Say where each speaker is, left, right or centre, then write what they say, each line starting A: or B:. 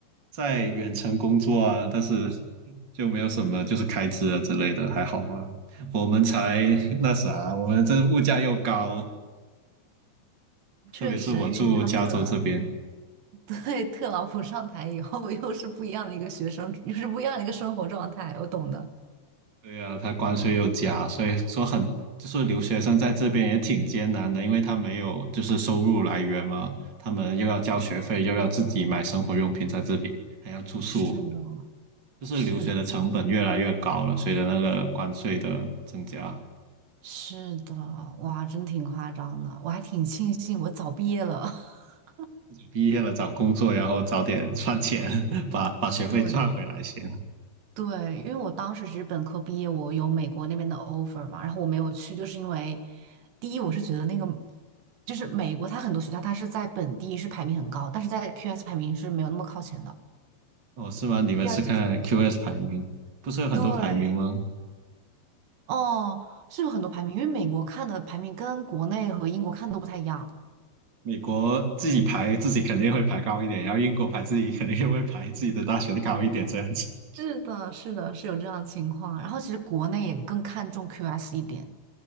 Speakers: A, on the right; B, on the right.
A: 在远程工作啊，但是就没有什么就是开支啊之类的，还好吧。我们才 <laughs> 那啥，我们这物价又高，
B: <laughs> 确实，
A: 特别是我住加州这边，
B: 因为你知道那个，<laughs> 对，特朗普上台以后，又是不一样的一个学生，又是不一样的一个生活状态，我懂的。
A: 对呀，他关税又加，所以说很就是留学生在这边也挺艰难的，因为他没有就是收入来源嘛，他们又要交学费，又要自己买生活用品在这里，还要住宿，
B: 是的，
A: 就是留学的成本越来越高了，
B: 是的，
A: 随着那个关税的增加。
B: 是的，哇，真挺夸张的，我还挺庆幸我早毕业了。<laughs>
A: 毕业了找工作，然后早点赚钱，<laughs> 把把学费赚回来先。
B: 对，对，因为我当时只是本科毕业，我有美国那边的 offer 嘛，然后我没有去，就是因为第一，我是觉得那个就是美国，它很多学校它是在本地是排名很高，但是在 QS 排名是没有那么靠前的。
A: 哦，是吗？你们是看
B: 第二就是
A: QS 排名，不是有很多排名吗？
B: 对，哦，是有很多排名，因为美国看的排名跟国内和英国看的都不太一样。
A: 美国自己排自己肯定会排高一点，然后英国排自己肯定会排自己的大学的高一点，这样子。
B: 是的，是的，是有这样的情况。然后其实国内也更看重 QS 一点，